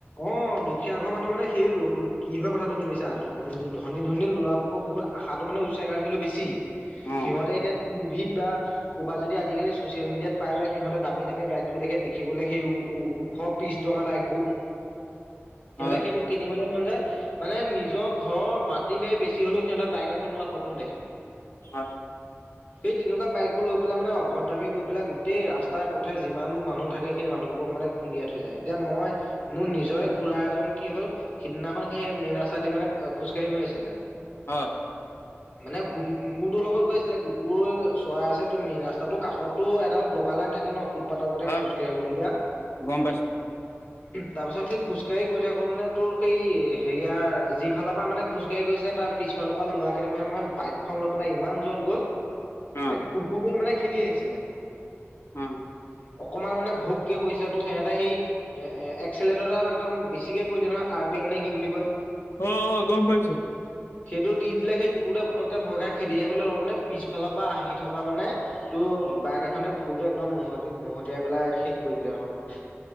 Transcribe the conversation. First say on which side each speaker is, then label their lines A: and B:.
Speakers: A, on the left; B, on the left.
A: অ দুখীয়া ঘৰ মানুহ মানে সেই কি হয় কথাটো শুনি পাইছে। ধনী ধনী ল'ৰা বুকৰ বহুত আশাটো মানে উচ্চাকখিলো বেছি
B: অ
A: সিহঁতে এতিয়া। ভিৰদা। ক'ৰবা যদি আজিকালি ছ'চিয়েল মিডিয়াত পাই যায় সিহঁতে দামী দামী বাইকবোৰ দেখি দেখিবলৈ সেইও ওশ পিছ টকা লাগিবোৰ। সিহঁতে
B: হয়
A: সেইবোৰ কিনিবলৈ মন। মানে নিজৰ ঘৰৰ মাটি বে বেছি হলেও সিহঁতে বাইক এখন লোৱা সপোন দেখে।
B: হয়।
A: সেই তেনেকুৱা বাইক বোৰ লৈ পেলাই মানে অভদ্ৰামী কৰি পেলাই গোটেই ৰাস্তাই, পথে যিমান বোৰ মানুহ থাকে, সেই মানুহ তেওঁলোকক মানে খুন্দিয়াই থৈ যায়। এতিয়া মই মোৰ নিজৰে খুৰা এজন কি হ'ল, সেইদিনাখন সেই মেইন ৰাস্তা দি মানে খোজকাঢ়ি গৈ আছিলে।
B: হয়।
A: মানে কু-কুকুৰটোৰ লগত গৈ আছিলে কুকুৰ চৰাই আছে ত মেইন ৰাস্তাটো কাষতটো এডাল বগা লাইন থাকে ন, ফুটপাতৰ গতে
B: হয়
A: খোজকাঢ়িবলগীয়া
B: গম পাইছো
A: তাৰ পিছত সেই খোজকাঢ়ি গৈ থাকোঁতে তোৰ সেই, হেৰিয়াৰ যি ফালৰ পৰা মানে খোজকাঢ়ি গৈছিলে তাৰ পিছত পিফালৰ পৰা ল'ৰা কেইটামানে বাইকখন লৈ পেলাই, ইমান জোৰত গ'ল
B: অ
A: এই কুকুৰটোৱে মানে খেদি আহিছিলে।
B: উম
A: অকমান মানে ভোককে কৈছে তো সিহঁতে সেই এ এ এক্সলেট ডাল একদম বেছিকে কৈ দিয়ে নহয়, আৰ পি এম নে কি বুলি কয়?
B: অ-অ, গম পাইছো।
A: সেইটো দি দিলে, সেই কুকুৰটোৱ পতকে ভয় খাই খেদি আহিবলৈ লওঁতে পিছফালৰ পৰা আহি থকা মানে তো বাইক এখনে কুকুৰ টো একদম মহতিয়াই- মহতিয়াই পেলাই শেষ কৰি দিলে নহয়।